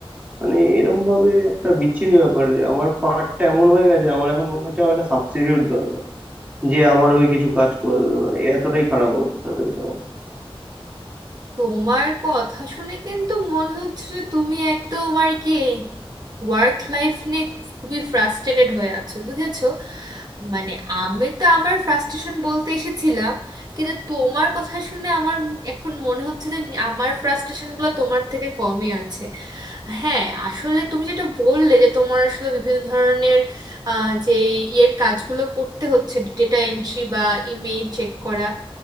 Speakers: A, on the right; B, on the right.
A: মানে এরম ভাবে একটা বিচ্ছিরি ব্যাপার আমার পার্টটা এমন হয়ে গেছে আমার এখন মনে হচ্ছে আমার একটা সাবস্টিটিউট দরকার যে আমার হয়ে কিছু কাজ করে দেবে মানে এতটাই খারাপ অবস্থা হয়েছে আমার
B: তোমার কথা শুনে কিন্তু মনে হচ্ছে যে তুমি একদম আর কি ওয়ার্ক লাইফ নিয়ে খুবই ফ্রাস্ট্রেটেড হয়ে আছো বুঝেছো মানে আমি তো আমার ফ্রাস্ট্রেশন বলতে এসেছিলাম কিন্তু তোমার কথা শুনে আমার এখন মনে হচ্ছে যে আমার ফ্রাস্ট্রেশনগুলো তোমার থেকে কমই আছে হ্যাঁ আসলে তুমি যেটা বললে যে তোমার আসলে বিভিন্ন ধরনের আহ, যে ইয়ের কাজগুলো করতে হচ্ছে ডেটা এন্ট্রি বা ইমেইল চেক করা